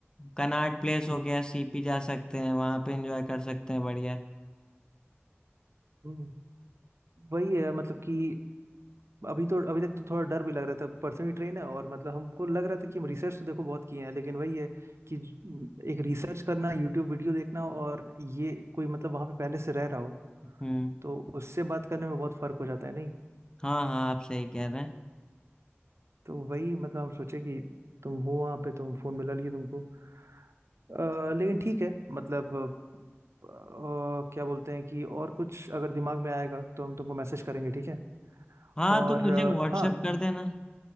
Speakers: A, on the left; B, on the right.
A: कनॉट प्लेस हो
B: हम्म
A: गया सीपी जा सकते हैं वहां पे एंजॉय कर सकते हैं बढ़िया
B: हम्म। वही है मतलब कि अभी तो अभी तक तो थोड़ा डर भी लग रहा था परसों ही ट्रेन है और मतलब हमको लग रहा था कि हम रिसर्च तो देखो बहुत किए हैं लेकिन वही है कि एक रिसर्च करना यूट्यूब वीडियो देखना और ये कोई मतलब वहां पे पहले से रह रहा हो
A: हम्म
B: तो उससे बात करने में बहुत फर्क हो जाता है
A: हाँ हाँ आप सही कह रहे हैं
B: तो वही मतलब हम सोचे कि तुम हो वहाँ पे तुम फोन मिला लिए तुमको अ, लेकिन ठीक है मतलब अ, क्या बोलते हैं कि और कुछ अगर दिमाग में आएगा तो हम तुमको मैसेज करेंगे ठीक है
A: हाँ
B: और
A: तो मुझे
B: अ,
A: व्हाट्सएप
B: हाँ ये,
A: कर देना